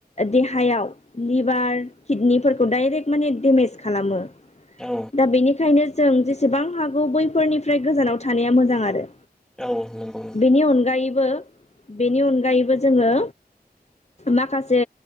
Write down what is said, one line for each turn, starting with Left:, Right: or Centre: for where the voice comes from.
Left: देहायाव लिभार किडनिफोरखौ डाइरेक्ट माने डेमेज खालामो।
Centre: औ
Left: दा बेनिखायनो जों जेसेबां हागौ बैफोरनिफ्राय गोजानाव थानाया मोजां आरो।
Centre: औ नोंगौ
Left: बेनि अनगायैबो बेनि अनगायैबो जोङो माखासे